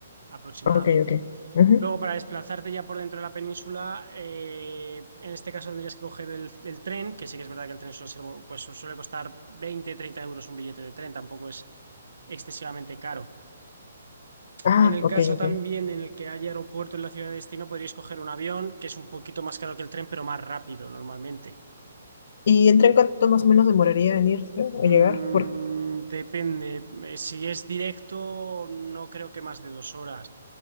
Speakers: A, on the right; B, on the left.
A: aproximadamente.
B: Ok, ok. Ujú.
A: Luego, para desplazarte ya por dentro de la península, eh, en este caso tendrías que coger el, el tren, que sí que es verdad que el tren suele ser, mu- pues su- suele costar 20, 30 euros un billete de tren, tampoco es excesivamente caro.
B: Ah,
A: En el
B: ok,
A: caso
B: ok.
A: también en el que haya aeropuerto en la ciudad de destino, podrías coger un avión, que es un poquito más caro que el tren, pero más rápido normalmente.
B: ¿Y en tren cuánto más o menos demoraría en irse o
A: Mm,
B: llegar? Por...
A: depende. Eh, Si es directo, no creo que más de dos horas.